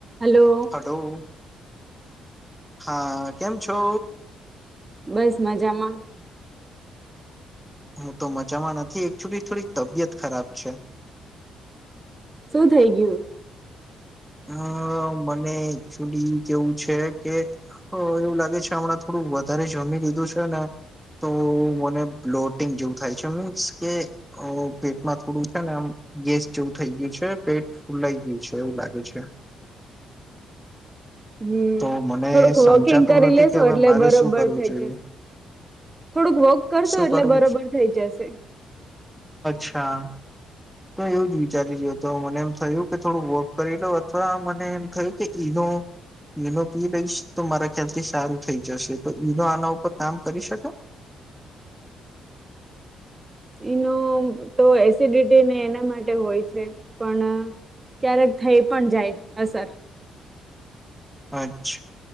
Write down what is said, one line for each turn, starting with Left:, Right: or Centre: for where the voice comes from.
Right: Hello
Centre: hello. હા, કેમ છો?
Right: બસ મજામાં.
Centre: હું તો મજામાં નથી એકચુલી થોડીક તબિયત ખરાબ છે.
Right: શું થઇ ગયું?
Centre: અહ મને એકચુલી કેવું છે કે અહ એવું લાગે છે હમણાં થોડું વધારે જમી લીધું છે ને તો મને બ્લોટિંગ જેવું થાય છે મીન્સ કે અહ પેટમાં થોડું છે ને આમ ગેસ જેવું થઈ ગયું છે પેટ ફૂલાઈ ગયું છે એવું લાગે છે. છે.
Right: હમ્મ,
Centre: તો મને
Right: થોડુંક
Centre: સમજાતું
Right: વોકિંગ કરી
Centre: નથી
Right: લેશો
Centre: કે હવે
Right: એટલે
Centre: મારે
Right: બરોબર
Centre: શું કરવું
Right: થઈ
Centre: જોઈએ
Right: જશે. થોડુંક વોક કરશો
Centre: શું
Right: એટલે
Centre: કરવું
Right: બરોબર થઇ જશે.
Centre: છા. તો એવું જ વિચારી જો તો મને એમ થયું કે થોડું વોક કરી લો અથવા મને એમ થયું કે ઈનો ઈનો પી લઈશ તો મારા ખ્યાલ થી સારું થઈ જશે તો ઈનો આના ઉપર કામ કરી શકે?
Right: ઈનો તો એસિડિટીને એના માટે હોય છે પણ અહ ક્યારેક થઈ પણ જાય અસર.
Centre: અચ્છ